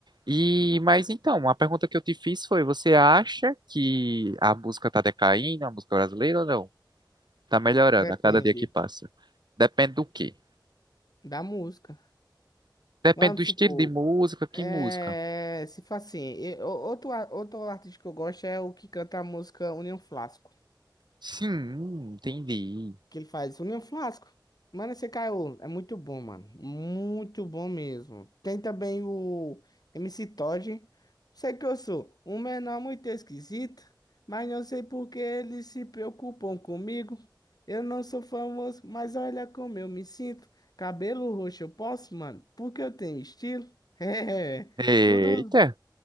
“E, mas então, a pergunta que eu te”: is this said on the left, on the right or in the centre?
Right